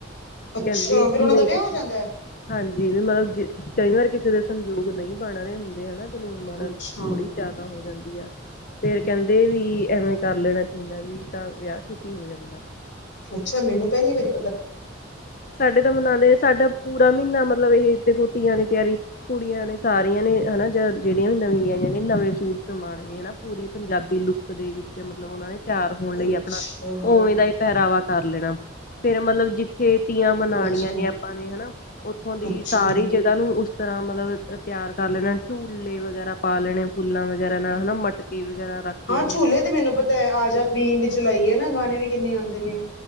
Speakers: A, on the left; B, on the left.
A: ਅੱਛਾ
B: ਕੈਂਦੀ
A: ਫੇਰ
B: ਕਿ
A: ਉਹਨਾਂ
B: <unintelligible>
A: ਦਾ ਵਿਆਹ ਹੋ ਜਾਂਦਾ ਹੈ?
B: ਹਾਂਜੀ ਵੀ ਮਤਲਬ ਜੇ ਕਈ ਵਾਰ ਕਿਸੇ ਦੇ ਸੰਯੋਗ ਨਈ ਬਣ ਰਏ ਹੁੰਦੇ ਹਨਾ। ਲੂਨ ਮਾਰ
A: ਅੱਛਾ
B: ਥੋੜੀ ਜਾਦਾ ਹੋ ਜਾਂਦੀ ਐ। ਫੇਰ ਕੈਂਦੇ ਵੀ ਐਵੇਂ ਕਰ ਲੈਣਾ ਚਾਈਦਾ ਵੀ ਤਾਂ ਵਿਆ ਛੇਤੀ ਹੋ ਜਾਂਦਾ।
A: ਅੱਛਾ ਮੈਨੂੰ ਕੈਂਦੀ ਬਈ
B: ਸਾਡੇ ਤਾਂ ਮਨਾਦੇ ਨੇ ਸਾਡਾ ਪੂਰਾ ਮੀਨਾ ਮਤਲਬ ਏਹ ਦੇਖੋ ਤੀਆਂ ਦੀ ਤਿਆਰੀ ਕੁੜੀਆਂ ਨੇ ਸਾਰੀਆਂ ਨੇ ਹਨਾ ਜੇੜੀਆਂ ਵੀ ਨਵੀਂਆ ਵਿਆਹੀਆ ਨੇ ਨਵੇਂ ਸੂਟ ਸਮਾਣੇ ਹਨਾ ਪੂਰੀ ਪੰਜਾਬੀ ਲੁੱਕ ਦੇ ਵਿੱਚ ਮਤਲਬ ਓਨਾਂ ਨੇ ਤਿਆਰ ਹੋਣ ਲਈ
A: ਅੱਛਾ
B: ਆਪਣਾ ਉਵੇਂ ਦਾ ਪੈਰਾਵਾ ਕਰ ਲੈਣਾ ਫੇਰ ਮਤਲਬ ਜਿੱਥੇ ਤੀਆਂ ਮਨਾਣੀਆਂ
A: ਅੱਛਾ
B: ਨੇ ਆਪਾਂ ਨੇ ਹਨਾ ਓਥੋਂ ਦੀ
A: ਅੱਛਾ
B: ਸਾਰੀ ਜਗ੍ਹਾ ਨੂੰ ਤਰ੍ਹਾਂ ਮਤਲਬ ਤਿਆਰ ਕਰ ਲੈਣਾ ਝੂਲੇ ਵਗੈਰਾ ਪਾ ਲੈਣੇ ਫੁੱਲਾਂ ਵਗੈਰਾ ਨਾਲ ਹਨਾ ਮਟਕੇ ਵਗੈਰਾ ਰੱਖ
A: ਹਾਂ
B: ਲੈਣੇ
A: ਝੂਲੇ ਤੇ ਮੈਨੂੰ ਪਤਾ ਐ ਜਾ ਬੀਗ ਚਲਾਈ ਹੈ ਨਾ ਗਾਣੇ ਵੀ ਕਿੰਨੇ ਆਦੇ ਨੇ